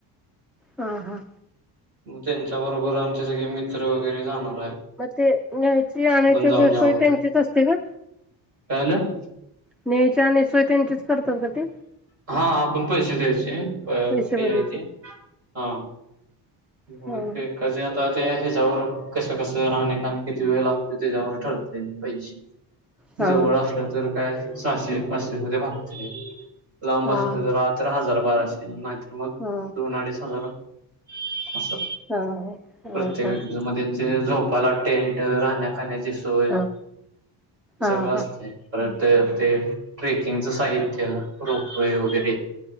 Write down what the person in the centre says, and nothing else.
हा हा
मग ते न्यायची आणायची
वगैरे
सोय त्यांचीच असते का
न्यायची आणायची सोय त्यांचीच करतात का ते
पैसे
भरायचे
हा
हा
हा
हा हा
हा हा हा
हा हा हा
हा
हा
हा